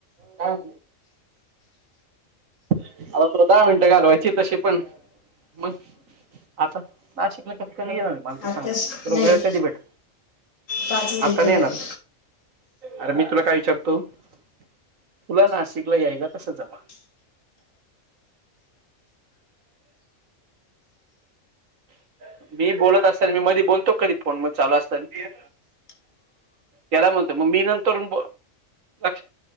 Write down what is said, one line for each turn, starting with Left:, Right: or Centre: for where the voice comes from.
Right: ह आता तु दहा मिनटं घालवायची तशी पण मग आता ना शिक नाही क कमी गेलं नाही. मानतिक
Left: आताच
Right: सांगा तर
Left: नाही
Right: वेळ कधी भेट
Left: पाच मिनटं
Right: आता नाही
Left: झाली
Right: येणार. अर मी तुला काय विचारतो तुला नाशिकला यायला कस जमल. अ <inaudible> मी बोलत असताना मी मधी बोलतो कधी फोन म चालू असताना. त्याला म्हणत मग मी नंतर ब लक्ष